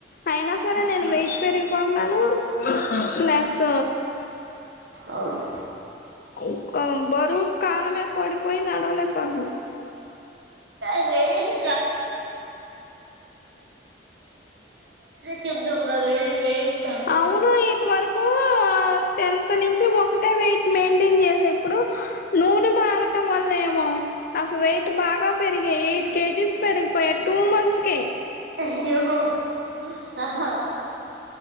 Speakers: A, on the left (about 55°); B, on the right (about 70°).
A: అయినా సరే నేను వెయిట్ పెరిగిపోతున్నాను ప్లస్
B: అవున్
A: కోబరువు కాలమీద పడిపోయి నడవలే పోతున్నా
B: ఏ <unintelligible> తగ్గాలి వేయిట్
A: అవును ఇది వరకు టెన్త్ నుంచి ఒకటే వెయిట్ మెయి మంటైన్ చేసేప్పుడు నూనె మారటం వల్ల ఏమో అసలు వెయిట్ బాగా పెరిగా ఎయిట్ కేజీస్ పెరిగిపోయా టూ మంత్స్ కే
B: ఇహో అహ